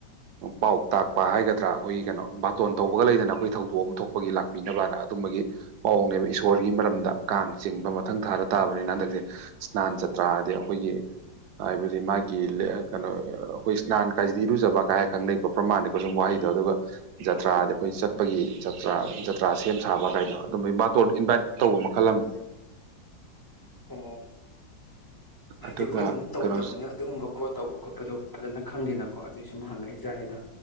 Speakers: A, on the right (about 70°); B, on the left (about 35°).
A: ꯄꯥꯎ ꯇꯥꯛꯄ ꯍꯥꯏꯒꯗ꯭ꯔꯥ ꯑꯩꯈꯣꯏꯒꯤ ꯀꯩꯅꯣ ꯕꯥꯇꯣꯟ ꯇꯧꯕꯒ ꯂꯩꯗꯅ ꯑꯩꯈꯣꯏ ꯊꯧꯗꯣꯛ ꯑꯃ ꯊꯣꯛꯄ ꯑꯩꯈꯣꯏꯒꯤ ꯂꯥꯛꯄꯤꯅꯕꯅ ꯑꯗꯨꯝꯕꯒꯤ ꯃꯑꯣꯡꯅꯦꯕ ꯏꯁꯣꯔꯒꯤ ꯃꯔꯝꯗ ꯀꯥꯡ ꯆꯤꯡꯕ ꯃꯊꯪ ꯊꯥꯗ ꯇꯥꯕꯅꯤꯅ ꯍꯟꯗꯛꯁꯦ ꯏꯁ꯭ꯅꯥꯟ ꯆꯇ꯭ꯔꯥ ꯍꯥꯏꯗꯤ ꯑꯩꯈꯣꯏꯒꯤ ꯍꯥꯏꯕꯗꯤ ꯃꯥꯒꯤ ꯀꯩꯅꯣ ꯑꯩꯈꯣꯏ ꯏꯁ꯭ꯅꯥꯟ ꯀꯥꯏꯁꯤꯗꯤ ꯏꯔꯨꯖꯕ ꯀꯥꯏ ꯈꯪꯅꯩ ꯣ ꯄ꯭ꯔꯃꯥꯅꯤꯀꯣ ꯁꯨꯝ ꯋꯥꯍꯩꯗꯣ ꯑꯗꯨꯒ ꯖꯇ꯭ꯔꯥꯗꯤ ꯑꯩꯈꯣꯏ ꯆꯠꯄꯒꯤ ꯖꯇ꯭ꯔꯥ ꯖꯇ꯭ꯔꯥ ꯁꯦꯝ ꯁꯥꯕ ꯀꯥꯏꯗꯣ ꯑꯗꯨꯝꯕꯩ ꯕꯥꯇꯣꯟꯗ ꯏꯟꯚꯥꯏꯠ ꯇꯧꯕ ꯃꯈꯜ ꯑꯃꯅꯤ
B: ꯑꯣ ꯍꯥꯏꯗꯤ
A: ꯑꯗꯨꯒ
B: ꯑꯩꯈꯣꯏꯗꯤ ꯑꯃꯨꯛ ꯇꯧꯗꯕꯅꯦ
A: ꯀꯩꯅꯣ
B: ꯑꯗꯨꯒꯨꯝꯕ ꯈꯣꯠ ꯇꯧꯕ ꯈꯣꯠꯄꯗꯣ ꯐꯖꯅ ꯈꯪꯗꯦꯅꯀꯣ ꯑꯗꯨꯏ ꯁꯨꯝ ꯍꯪꯉꯛꯏ ꯖꯥꯠꯅꯤꯗ